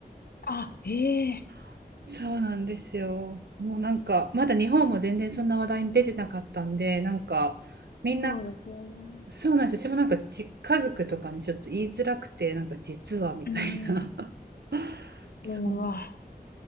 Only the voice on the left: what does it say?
あ、ええ、
そうですよね。
うん。
うわ、